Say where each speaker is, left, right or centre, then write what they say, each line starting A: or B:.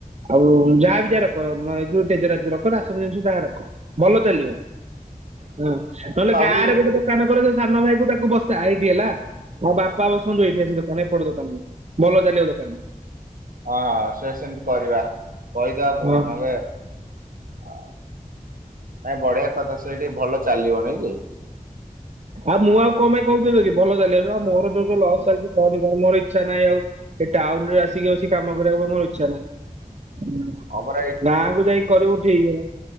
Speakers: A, on the right (about 50°); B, on the right (about 70°).
A: ଆଉ ଯାହାବି ଯାହା ରଖ ଏ ଯୋଉ ତେଜରାତି ରଖ ରାସନ ଜିନିଷ ଯାହା ରଖ ଭଲ ଚାଲିବ। ହଁ ନହେଲେ
B: ହଁ।
A: ଗାଁରେ ଗୋଟେ ଦୋକାନ କର ତୋ ସାନ ଭାଇକୁ ତାକୁ ବସା ଏଇଠି ହେଲା। ମୋ ବାପା ବସନ୍ତୁ ଏଇଠି ଆସେ ଦୋକାନ ଏପଟେ ଦୋକାନରେ ଭଲ ଚାଲିବ ଦୋକାନ।
B: ହଁ ସେ ସେମିତି କରିବା କହିଦବା ପୁଣି
A: ହଁ
B: ନହଲେ। ନାଇଁ ବଢିଆ କଥା ସେଇଠି ଭଲ ଚାଲିବ ନାଇଁ କି?
A: ଆଉ ମୁଁ ଆଉ କ ପାଇଁ କହୁଛିି ଦେଦି ଭଲ ଚାଲି ମୋର ଯୋଉ ଯୋଉ ଲସ୍ ଚାଲିଛି। କନି କନି ମୋର ଇଚ୍ଛା ନାହିଁ ଆଉ ଏ ଟାଉନ ରେ ଆସିକି ଅଛି କାମ କୁ ମୋର ଇଛା ନାହିଁଁ।
B: ହଁ ପରା ଏଇ
A: ଗାଁକୁ ଯାଇକି କରିବୁ ଠିକ।